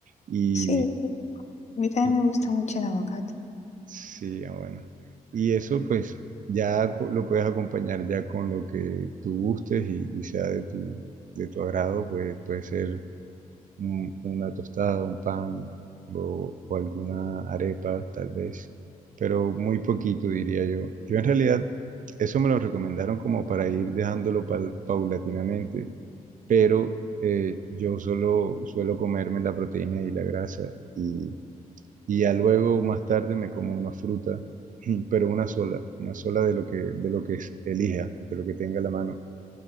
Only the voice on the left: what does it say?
Sí, a mí también
me gusta mucho el aguacate.